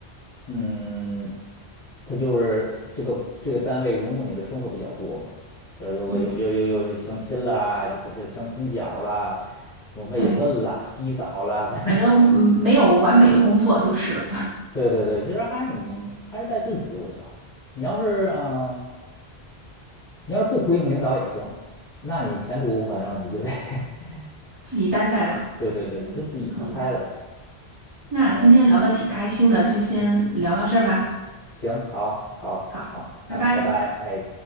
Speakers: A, on the left (about 45°); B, on the right (about 55°).
A: 嗯，它就是这个这个单位融入你的生活比较多嘛，比如有有有有有相亲啦，
B: 嗯，
A: 这这这相亲角儿啦，什么慰问啦、
B: 对，
A: 洗澡啦，反正
B: 反正嗯没有完美的工作就是了，
A: <laughs> 对对对，其实还是你还是在自己，我觉得你要是嗯、呃你要是不回应领导也行，那你前途反正你就得 <laughs>
B: <laughs> 自己担待了。
A: 对对对，你就自己看开了呗，
B: 嗯，那今天聊的挺开心的，
A: 反正
B: 就先聊到这儿吧。
A: 嗯，行，好，好，
B: 好，
A: 好，啊，
B: 拜拜。
A: 拜拜，哎。